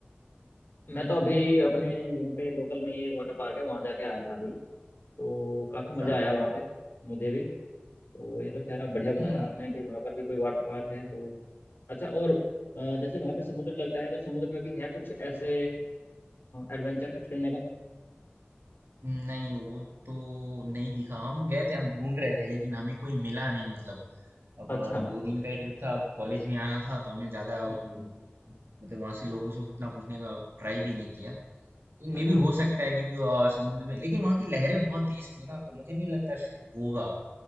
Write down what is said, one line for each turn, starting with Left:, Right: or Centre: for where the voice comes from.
Left: मैं तो अभी अपने यहीं पे लोकल में ही एक वाटर पार्क है वहाँ जाके आया था अभी तो काफ़ी
Right: अच्छा
Left: मज़ा आया वहाँ पे मुझे भी तो ये तो खैर आप बढ़िया बताया
Right: हम्म
Left: आपने कि वहाँ पर भी कोई वाटर पार्क है तो अच्छा और अ, जैसे वहाँ पे समुद्र लगता है तो समुद्र में भी है कुछ ऐसे एडवेंचर कुछ करने का
Right: नहीं वो तो नहीं दिखा हम गए थे हम ढूंढ रहे थे लेकिन हमें कोई मिला नहीं मतलब अब अ,
Left: अच्छा
Right: दो दिन का ही ट्रिप था अब कॉलेज भी आना था तो हमने ज्यादा वो
Left: हम्म हम्म,
Right: मतलब वहां से लोगों से उतना पूछने का ट्राई भी नहीं किया लेकिन मे
Left: अच्छा
Right: भी
Left: अच्छा
Right: हो
Left: अच्छा
Right: सकता है क्योंकि अ, समुद्र में लेकिन वहां की लहरें बहुत तेज थी ना तो मुझे नहीं लगता शा- होगा